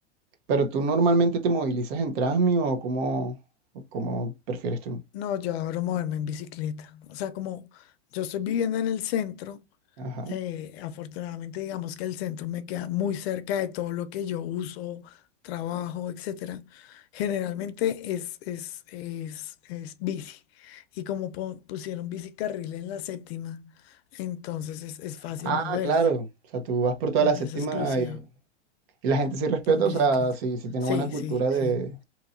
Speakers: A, on the right; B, on the left.
A: ¿pero tú normalmente te movilizas en Transmi o cómo, o cómo prefieres tú?
B: No, yo adoro moverme en bicicleta. O sea, como yo estoy viviendo en el centro.
A: Ajá.
B: eh, afortunadamente, digamos que el centro me queda muy cerca de todo lo que yo uso, trabajo, etcétera. Generalmente es, es, es, es bici. Y como po- pusieron bicicarril en la séptima, entonces es, es fácil
A: Ah,
B: moverse.
A: claro. O sea, tú vas por toda
B: Mm,
A: la séptima
B: Es exclusiva
A: y, y la gente sí respeta,
B: en bicicleta.
A: o sea, sí, sí tiene
B: Sí,
A: buena cultura
B: sí, sí.
A: de...